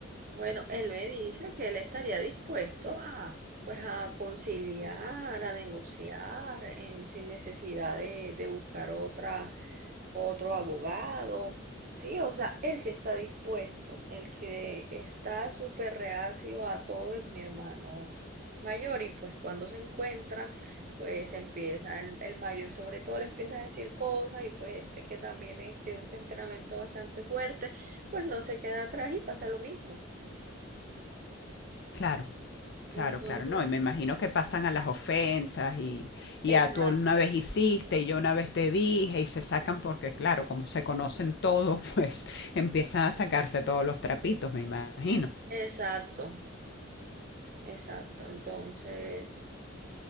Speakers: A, on the right; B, on the left.
A: Bueno, él me dice que él estaría dispuesto a... Pues a conciliar, a negociar, eh, sin necesidad de, de buscar otra, otro abogado. Sí, o sea, él sí está dispuesto. El que está súper reacio a todo es mi hermano mayor y pues cuando se encuentran, pues empieza el, el mayor sobre todo le empieza a decir cosas y pues este que también es de un temperamento bastante fuerte, pues no se queda atrás y pasa lo mismo.
B: Claro,
A: Entonces,
B: claro, claro. No, y me imagino que pasan a las ofensas y, y
A: exacto,
B: a tú una vez hiciste y yo una vez te dije y se sacan porque, claro, como se conocen todos, <laughs> pues empiezan a sacarse todos los trapitos, me imagino.
A: exacto, exacto. Entonces...